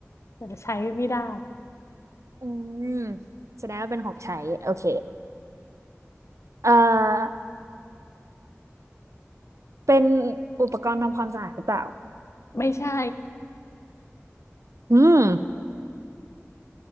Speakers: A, on the left; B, on the right.
A: แต่ถ้าใช้ไม่ได้
B: อืมแสดงว่าเป็นของใช้โอเคเอ่อเป็นอุปกรณ์ทำความสะอาดหรือเปล่า
A: ไม่ใช่
B: อืม